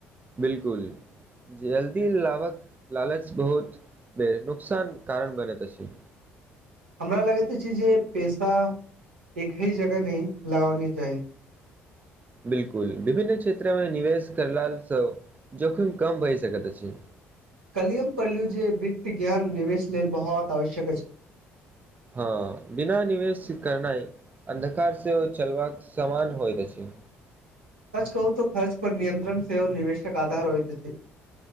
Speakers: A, on the right; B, on the right.
A: बिल्कुल जल्दी लभक लालच बहुत बे नुकसान कारण बनैत अछि
B: हमरा लगैते छय जे पैसा एक ही जगह न लगानी चाही
A: बिलकुल विभिन्न क्षेत्रमें निवेश करलासँ जोखिम कम भहि सकैत अछि
B: काल्हि हम पढ़लू जे वित्त ज्ञान निवेश लेल बहुत आवश्यक अछि
A: हँ बिना निवेश करनाइ अन्धकारसँ चलबाक समान होइत अछि
B: सच कहू तो खर्च पर नियंत्रण से सेहो निवेशक आधार होइत छय